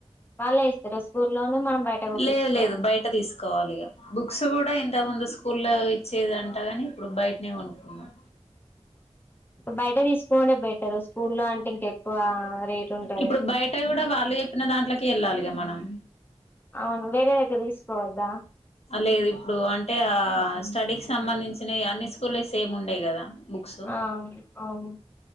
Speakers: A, on the left; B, on the left.
A: వాళ్ళే ఇస్తారా స్కూల్లోనే మనం బయట కుట్టించుకోవాలి
B: లేదు లేదు బయట తీసుకోవాలి బుక్స్ కూడా ఇంత ముందు స్కూల్లో ఇచ్చేది అంటగాని ఇప్పుడు బయటనే కొనుక్కున్నాం
A: బయట తీసుకుంటే బెటర్ స్కూల్ లో అంటే ఇంక ఎక్కువ రేట్ ఉంటది
B: ఇప్పుడు బయట కూడా వాళ్ళ చెనాట్కి వెళ్ళాలిగా మనం
A: అవును వేరే వైతే తీసుకోవద్దా
B: లేదు ఇప్పుడు అంటే ఆ స్టడీకి సంబంధించినవి అన్ని స్కూల్ సేమ్ ఉండేయి కదా బుక్స్
A: ఆ అవును